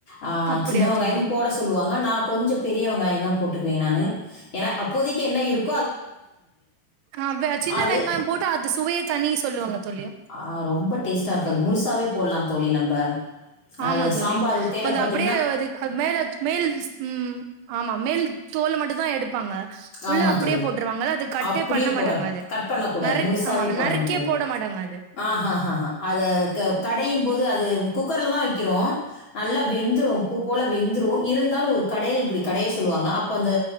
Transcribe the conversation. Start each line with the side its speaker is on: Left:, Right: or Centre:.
Left: ஆ
Right: அப்படியா
Left: சின்ன வெங்காயம்
Right: தோழி
Left: போட சொல்லுவாங்க நா கொஞ்சம் பெரியவங்காயம் தா போட்டுக்குவே நானு ஏன்னா அப்போதைக்கு என்ன இருக்
Right: ஆஹ் சின்ன
Left: அது
Right: வெங்காயம் போட்டு அது சுவைய தனி சொல்லுவாங்க தோழி
Left: ஆ ரொம்ப டேஸ்ட்டா இருக்காது. முழுசாவே போடலாம் தோழி நம்ம
Right: ஆமா
Left: அது
Right: தோழி
Left: சாம்பார் உத்தைல
Right: கொஞ்சோ
Left: பத்
Right: அப்படியே அதுக் மேல மேல் ம் ஆமா மேல் தோல மட்டும் தா எடுப்பாங்க உள்ள
Left: ஆமான்
Right: அப்படியே
Left: தோழி
Right: போட்டுருவாங்கல்ல அது கட்டே
Left: அப்டியே
Right: பண்ண
Left: போடணும்
Right: மாட்டாங்க அது
Left: கட் பண்ண கூடாது
Right: நறுக்
Left: முழுசாவே
Right: ஆமா
Left: போடணும்
Right: நறுக்கியே
Left: தோழி
Right: போட மாட்டாங்க அது
Left: ஆஹ்ஹஹஹா அத கடையும் போது அது குக்கர்லதான் கிறோம் நல்லா வெந்துரும் பூ போல வெந்துரு இ இருந்தாலும் ஒரு கடையில் இப்டி கடைய சொல்லுவாங்க அப்ப அந்த